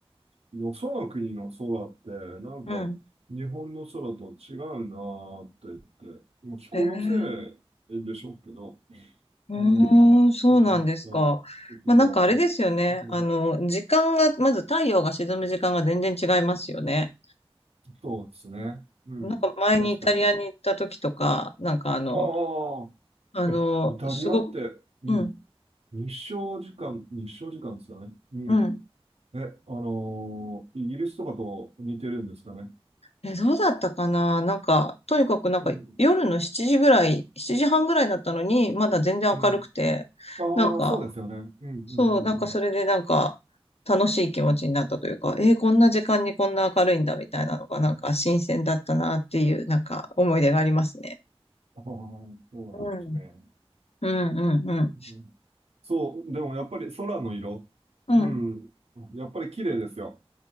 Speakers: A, on the right; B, on the left.
A: よその国の空って、なんか、
B: うん。
A: 日本の空と違うなーって言って、もう気候のせ
B: ええ
A: いでしょうけど、
B: う
A: うん。
B: ーん、そうなんですか。
A: ちょっと、ちょっと、
B: まあなんかあれですよね。
A: うん、
B: あの、時間が、まず太陽が沈む時間が全然違いますよね。
A: そうですね。うん。
B: なんか前にイタリアに行った時とか、
A: 確かに。
B: なんかあの、
A: ああ、
B: あの、
A: え、イタリアって、
B: すごく、
A: うん。
B: うん、
A: 日照時間、日照時間ですよね。うん。
B: うん。
A: え、あのーイギリスとかと似てるんですかね。
B: え、どうだったかななんか、とにかくなんか夜の7時ぐらい、
A: うん。
B: 7時半ぐらいだったのに、まだ全然明るくて、
A: うん。ああ、
B: なんか、
A: そうですよね。うん、うん、
B: そう、
A: う
B: なんかそれでなんか、
A: ん、
B: 楽しい気持ちになったというか、えーこんな時間にこんな明るいんだみたいなのが、なんか新鮮だったなっていう、なんか思い出がありますね。
A: うん。ああ、そうなんですね。
B: うん。うん、うん、うん。
A: うんそう、でもやっぱり空の色。
B: うん。
A: うん。やっぱり綺麗ですよ。